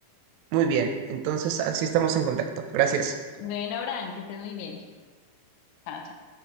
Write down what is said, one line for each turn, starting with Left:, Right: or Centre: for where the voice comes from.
Right: Muy bien, entonces así estamos en contacto. Gracias.
Left: Bueno, Abraham, que estés muy bien. Chao, chao.